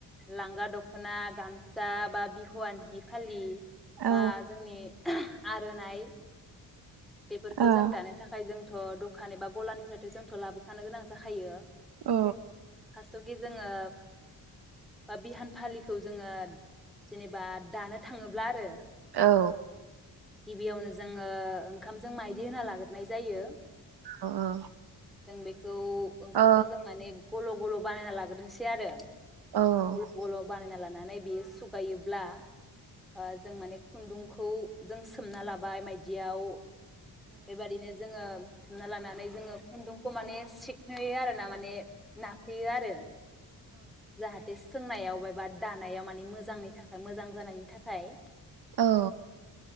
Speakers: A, in the centre; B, on the right.
A: लांगा दखना गामसा बा बिहुआन हि फालि
B: औ
A: बा जोंनि आरनाइ बेफोरखौ
B: औ
A: जों दानो थाखाय जों थ' दखान एबा गलानिफ्रायथ जोंथ' लाबोखानो गोनां जाखायो।
B: औ
A: फासथावखि जोङो बा बिहान फालिखौ जोङो जेनेबा दानो थाङोब्ला आरो
B: औ
A: गिबियावनो जोङो ओंखामजों माइदि होना लाग्रोनाय जायो
B: अ औ
A: जों बे खौ ओंखामखौ
B: औ
A: जों माने गल' गल' बानायना लाग्रोनोसै आरो
B: औ
A: गल गल बानायना लानाय नानै बेयो सुगायोब्ला ओ जों माने खुन्दुंखौ जों सोमना लाबाय मायदियाव बेबादिनो जोङो सोमना लानानै जोङो खुन्दुंखौ माने सिखनोयो आरोना माने नाफ्लेयो आरो जाहाथे सोंनायाव बायबा दानायाव माने मोजांनि थाखाय मोजां जानायनि थाखाय
B: औ।